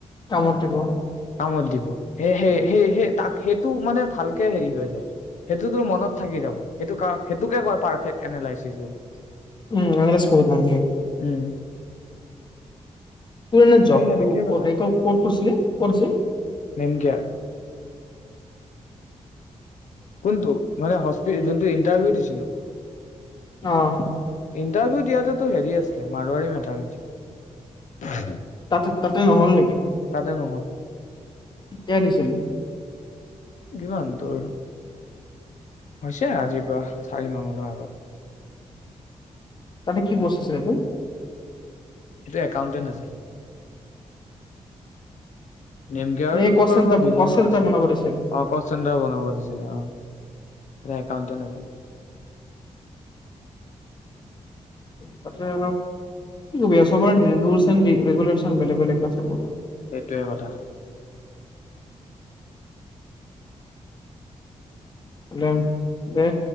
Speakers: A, on the left (about 40°); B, on the left (about 80°).
A: কামত দিব
B: কামত দিব সে সে সে তাক সেইটো মানে ভালকে হেৰি হৈ যায় সেইটোতোৰ মনত থাকি যাব সেইটো সেইটোকে কয় পাৰফেক্ট এনলাইচিচ বুলি
A: উম <unintelligible> আছ নান
B: উম
A: তোৰ এনে
B: সেই
A: জবটো
B: সেনেকে কথা
A: ক'ত, ক'ত কৰিছিলি, ক'ত আছিল?
B: দেমকেয়াৰ কোনটো মানে হচ। যোনটো ইণ্টাৰভিউ দিছিলো।
A: অহ
B: ইণ্টাৰভিউ দিয়াটোতো হেৰি আছিলে মাৰোৱাৰাৰী মেটাৰ্নিটি।
A: তাতে তাতে নহ'ল নেকি?
B: তাতে নহ'ল।
A: কেতিয়া দিছিলি।
B: কিমান তোৰ হৈছে আজিৰ পৰা চাৰি মাহ মানৰ আগত।
A: ততে কি পোষ্ট আছিল তোৰ।
B: একাউণ্টেন আছিল নেমকেয়াৰতো
A: এই কল
B: টো বাৰু
A: চেণ্টাৰ
B: মই বিল্ডিঙত
A: কল চেণ্টাৰ
B: আছিলো
A: বনাব দিছিল
B: অ কচ চেণ্টাৰ বনাব দিছিলে অ একাউণ্টেণ্ট আছিল। <inaudible>
A: তাতে অলপ কি কবি চবৰে এ <unintelligible> ৰেগুলেশ্যন বেলেগ বেলেগ ন চবৰে
B: সেইটোৱে কথা।
A: হলে দে